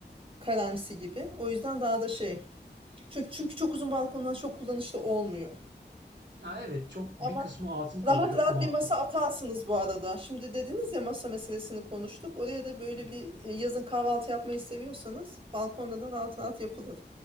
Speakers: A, on the right; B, on the right.
A: karamsi gibi. O yüzden daha da şey.
B: Hmm.
A: Çünkü, çünkü çok uzun balkonlar çok kullanışlı olmuyor.
B: Ya evet çok bir
A: Ama
B: kısmı atıl kalıyor
A: Rahat rahat
B: muhakkak.
A: bir masa atarsınız bu arada. Şimdi dediniz ya masa meselesini konuştuk. Oraya da böyle
B: Evet.
A: bir e, yazın kahvaltı yapmayı seviyorsanız balkonda da rahat rahat yapılır.